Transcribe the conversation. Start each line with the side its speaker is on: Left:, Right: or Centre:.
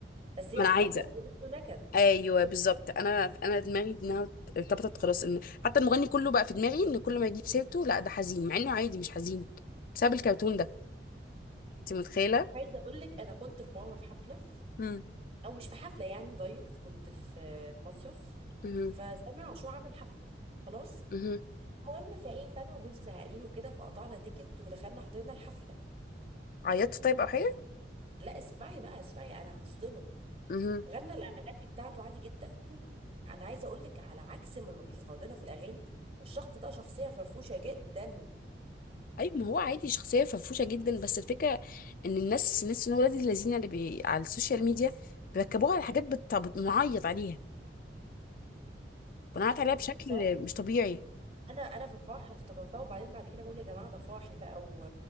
Right: بس هي
Left: ما
Right: اتحطت
Left: انا عايزه
Right: في بيته نكد
Left: ايوه بالظبط انا انا دماغي انها ارتبطت خلاص ان حتى المغني كله بقى في دماغي ان كل ما يجيب سيرته لا ده حزين مع انه عادي مش حزين بسبب الكرتون ده انت متخيله
Right: عايزه اقول لك انا كنت في مره في حفله
Left: امم
Right: او مش في حفله يعني دايركت كنت في في مصيف
Left: مهم.
Right: فسامع عاشور عمل حفله خلاص
Left: مهم.
Right: المهم فايه فانا وجوزي زهقانين وكده فقطعنا تيكت ودخلنا حضرنا الحفله
Left: عيطت طيب او حاجه
Right: لا اسمعي بقى اسمعي انا هصدمك
Left: مهم.
Right: غنى الاغاني بتاعته عادي جدا انا عايزه اقول لك على عكس ما ما بيظهر لنا في الاغاني الشخص ده شخصيه فرفوشه جدا
Left: ايوه ما هو عادي شخصيه فرفوشه جدا بس الفكره ان الناس الناس ان ولاد الذين اللي بي... على السوشيال ميديا بيركبوها على حاجات بت... بنعيط عليها بنعيط عليها
Right: بصي
Left: بشكل
Right: بصراحه
Left: مش طبيعي
Right: انا انا في الفرح افتكرتها وبعدين بعد كده بقول يا جماعه ده فرحي بقى و